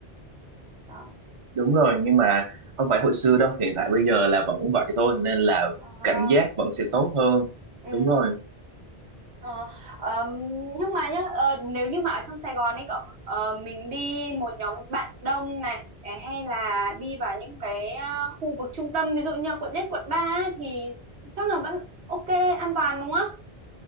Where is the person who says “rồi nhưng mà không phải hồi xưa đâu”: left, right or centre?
Right